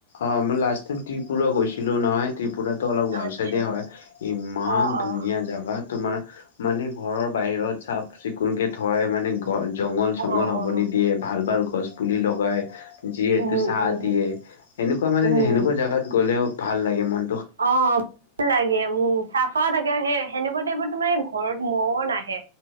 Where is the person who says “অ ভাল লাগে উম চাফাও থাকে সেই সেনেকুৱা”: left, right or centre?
Right